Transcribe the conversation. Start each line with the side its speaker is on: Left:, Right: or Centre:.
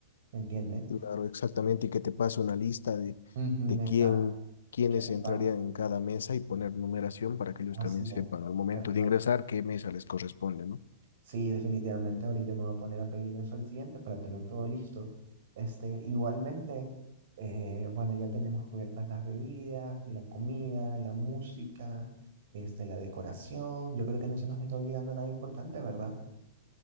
Right: ¿me entiendes?
Left: Claro, exactamente, y que te pase una lista de,
Right: Ujú,
Left: de
Right: exacto.
Left: quién, quiénes
Right: ¿Quiénes
Left: entrarían
Right: van?
Left: en cada mesa y poner numeración para que ellos
Right: Así
Left: también sepan
Right: es.
Left: al momento
Right: Perfecto.
Left: de ingresar qué mesa les corresponde, ¿no?
Right: Sí, definitivamente ahorita me voy a poner a pedirle eso al cliente para tener todo listo. Este, igualmente, eh, bueno, ya tenemos cubiertas las bebidas, la comida, la música, este, la decoración. Yo creo que no se nos está olvidando nada importante, ¿verdad?